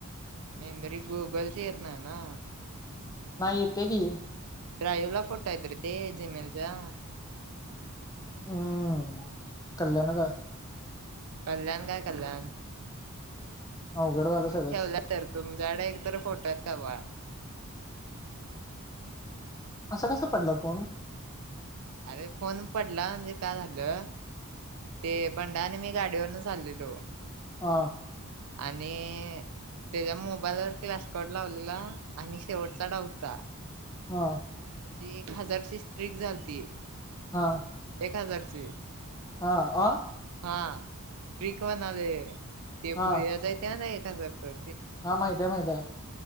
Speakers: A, on the right; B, on the left.
A: मेमरी गुगलची येत नाय ना
B: नाही येत्या की
A: ड्राईव्ह ला फोटो आहेत रे ते जिमेलच्या
B: हम्म कल्याणच हाय.
A: कल्याण काय कल्याण
B: अवघड झालं
A: मी
B: सगळंच
A: ठेवल्यात तर तुमच्याकडं एक तर फोटो आहेत का बघा?
B: असं कसा पडला फोन?
A: अरे फोन पडला म्हणजे का झालं ते बंडा आणि मी गाडीवरन चालल्यालो
B: हा.
A: आणि त्याच्या मोबाईलवर क्लासकोट लावलेला आणि शेवटचा डाव होता.
B: हा.
A: आणि एक हजारची स्ट्रिक झालती.
B: हा.
A: एक हजारची
B: हा अ
A: <unintelligible> ते
B: हा
A: भुयाच आहे त्या नाही जर तर
B: हा माहिती आहे माहिती आहे.